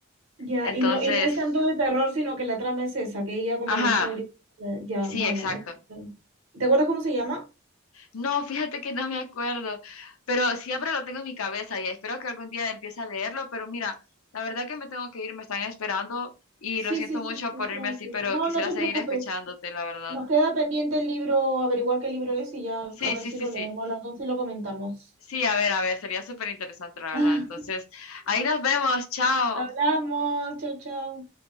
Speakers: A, on the right; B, on the left.
A: Ya,
B: Entonces,
A: y no, y no es tanto de terror, sino que la trama es esa, que ella como
B: ajá,
A: que lo está obligando. Ya,
B: sí,
A: bueno.
B: exacto.
A: es- bueno. ¿Te acuerdas cómo se llama?
B: No, fíjate que no me acuerdo, pero siempre lo tengo en mi cabeza y espero que algún día empiece a leerlo, pero mira, la verdad que me tengo que ir, me están esperando. Y
A: Sí,
B: lo siento
A: sí, sí,
B: mucho
A: sí,
B: por
A: tranqui.
B: irme así, pero
A: No,
B: quisiera
A: no te
B: seguir
A: preocupes.
B: escuchándote, la verdad.
A: Nos queda pendiente el libro, averiguar qué libro es y ya
B: Sí,
A: a ver
B: sí,
A: si
B: sí,
A: lo
B: sí.
A: leemos las dos y lo comentamos.
B: Sí, a ver, a ver, sería súper interesante, la
A: <laughs>
B: verdad. Entonces, ahí nos vemos, chao.
A: Hablamos, chao, chao.